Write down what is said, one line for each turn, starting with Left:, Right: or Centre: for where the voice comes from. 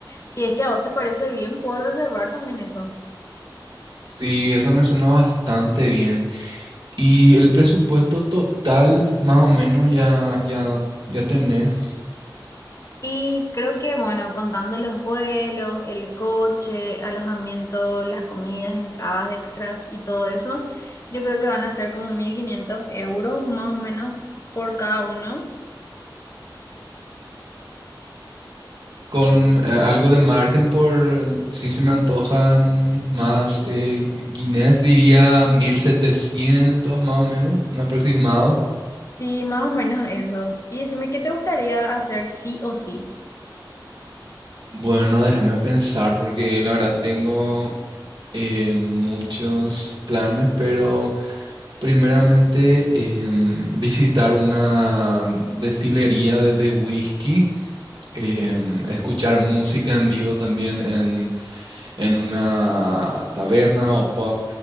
Left: Si es que a vos te parece bien, puedo reservar también eso.
Right: Sí, eso me suena bastante bien. Y el presupuesto total, más o menos, ya, ya, ya tenés.
Left: Y creo que, bueno, contando los vuelos, el coche, alojamiento, las comidas, entradas extras y todo eso, yo creo que van a ser como 1.500 euros más o menos por cada uno.
Right: Con eh, algo de margen por si se me antojan más eh, guineas, diría 1700 más o menos, un aproximado.
Left: Sí, más o menos eso. Y decime, ¿qué te gustaría hacer sí o sí?
Right: Bueno, déjame pensar, porque la verdad tengo eh, muchos planes, pero primeramente em, visitar una destilería de, de whisky em, escuchar música en vivo también en, en una taberna o pub